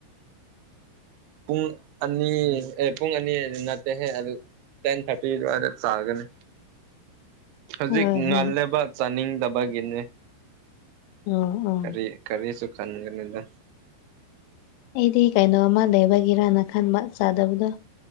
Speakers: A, on the right; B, on the left.
A: ꯄꯨꯡ ꯑꯅꯤ ꯑꯦ ꯄꯨꯡ ꯑꯅꯤ ꯑꯗꯨ ꯑꯗꯨ ꯅꯠꯇꯦꯍꯦ ꯑꯗꯨ ꯇꯦꯟ ꯊꯔꯇꯤ ꯋꯥꯦ ꯆꯥꯒꯦꯅꯦ
B: <unintelligible>
A: ꯍꯧꯖꯤꯛ ꯉꯜꯂꯦꯕ
B: ꯍꯣꯏ
A: ꯆꯥꯅꯤꯡꯗꯕꯒꯤꯅꯦ
B: ꯑꯣ ꯑꯣ
A: ꯀꯔꯤ ꯀꯔꯤꯁꯨꯨ ꯈꯅꯤꯒꯅꯤꯗ
B: ꯑꯩꯗꯤ ꯀꯩꯅꯣꯝ ꯑꯃ ꯂꯩꯕꯒꯤꯔꯅ ꯈꯟꯕ ꯆꯥꯗꯕꯗꯣ